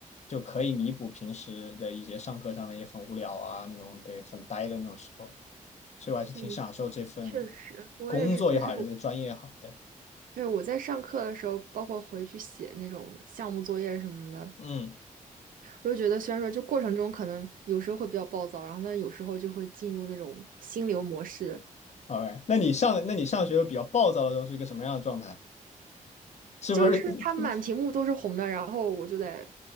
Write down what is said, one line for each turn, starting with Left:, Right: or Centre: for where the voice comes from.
Left: 就可以弥补平时的一些上课上的也很无聊啊，那种对很呆的那种时候。所以我还是挺享受这份
Right: 嗯，确实，我也是，
Left: 工作也好，
Right: 就是
Left: 还是这个专业也好。对，
Right: 就是我在上课的时候，包括回去写那种项目作业什么的，
Left: 嗯
Right: 我就觉得虽然说就过程中可能有时候会比较暴躁，然后呢有时候就会进入那种心流模式，
Left: ，OK。那你上那你上学比较暴躁的时候是一个什么样的状态？是不是
Right: 就是它满屏幕都是红的，然后我就得